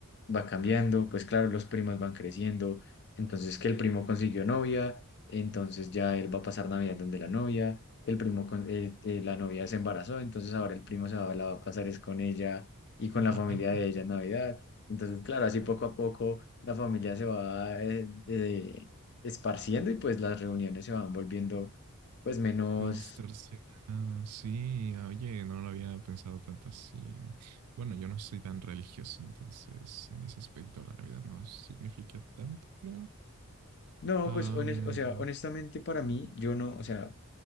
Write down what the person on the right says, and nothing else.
<laughs>
Distorsionada, sí, oye, no lo había pensado tanto así. Bueno, yo no soy tan religioso, entonces en ese aspecto la Navidad no significa tanto, creo.
Am,